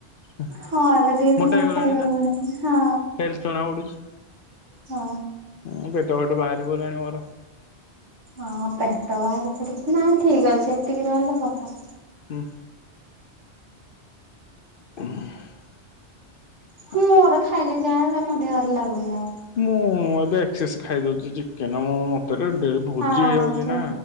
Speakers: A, on the left (about 55°); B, on the right (about 85°).
A: ହ
B: ହଁ ଏବେ ଟିକେ ତୁ
A: ମୋଟାଇଗଲାଣି
B: ମୋଟା ହେଇଗଲୁଣି
A: ନା
B: ହଁ
A: ହେଲଥ ଜଣା ପଡୁଛି।
B: ହଁ।
A: ହଁ ପେଟ ଫେଟ ବାହାରି ପଲାଣି ମୋର।
B: ହଁ ପେଟ ବାହାରି ପଡୁଛି ନାଇ ଠିକ ଅଛି ଏତିକି ରହିଲେ ଭଲ।
A: ହୁଁ <inaudible>
B: ହଁ ମୋର ଖାଇଲେ ଯାହା ମୋ ଦେହରେ ଲାଗୁନି ଆଉ।
A: ମୁଁ ଏବେ ଏକ୍ସସେ ଖାଇଦଉଛି ଚିକେନ ମତରେ ଡ ଭୋଜି
B: ହଁ
A: ହେଇଯାଉଛି
B: ସେ
A: ନା।